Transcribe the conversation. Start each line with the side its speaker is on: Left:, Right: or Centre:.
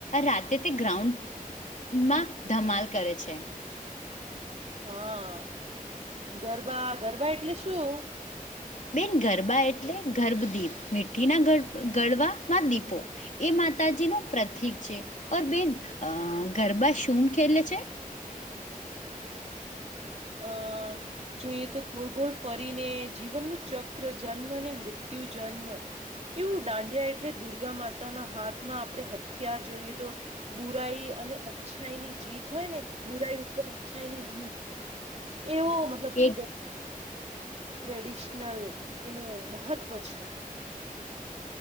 Left: રાતે તે ગ્રાઉન્ડમાં ધમાલ કરે છે.
Right: હા, ગરબા ગરબા એટલે શું?
Left: બેન ગરબા એટલે ગર્ભદીપ મીઠી ના ગરબામાં દીપો. એ માતાજીનું પ્રતિક છે, ઓર બેન ગરબા શું ખેલે છે?
Right: હા. જોઈએ તો ગોળ ગોલ ફરીને જીવનનું ચક્ર જન્મ અને મૃત્યુ-જન્મ. એવું દાંડિયા એટલે દુર્ગા માતાના હાથમાં આપણે હથિયાર જોઈએ તો બુરાઈ અને અચ્છાઈની જીત હોય ને બુરાઈ ઉપર અચ્છાઈની જીત. એવો મતલબ
Left: એક
Right: ટ્રેડિશનલ એનું મહત્વ છે.